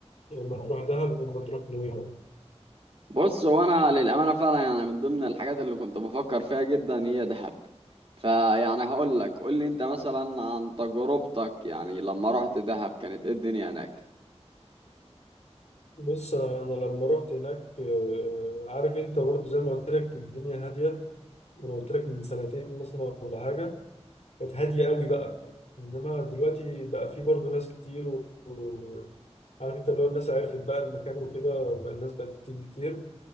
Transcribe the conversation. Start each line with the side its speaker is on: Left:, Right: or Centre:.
Left: يا إما تروح دهب يا إما تروح نويبع
Right: بص هو انا للامانه فعلا يعني من ضمن الحاجات اللي كنت بفكر فيها جدا هي دهب فيعني هقول لك قول لي انت مثلا عن تجربتك يعني لما رحت دهب كانت ايه الدنيا هناك
Left: بص أنا لما رحت هناك آه، عارف أنت برضه زي ما قلت لك الدنيا هادية وأنا قلت لك من سنتين مثلا ولا حاجة كانت هادية قوي بقى انما دلوقتي بقى في برضه ناس كتير و... و... عارف انت اللي هو الناس عرفت بقى المكان وكده بقى الناس بقت تيجي كتير